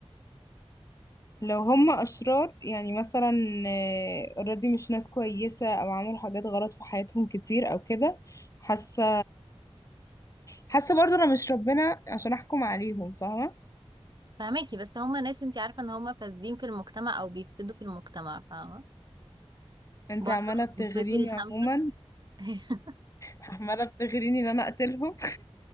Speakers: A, on the left; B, on the right.
A: لو هم اشرار يعني مثلا آه، اوريدي مش ناس كويسة او عملوا حاجات غلط في حياتهم كتير او كده حاسة حاسة برضو انا مش ربنا عشان احكم عليهم فاهمة
B: <laughs> فهماكي بس هما ناس انتي عارفة ان هما فاسدين في المجتمع او بيفسدوا في المجتمع فاهمة
A: انت
B: برضه
A: عمالة بتغريني
B: تنقذي الخمسة
A: عموما
B: <laughs>
A: عمالة بتغريني ان انا اقتلهم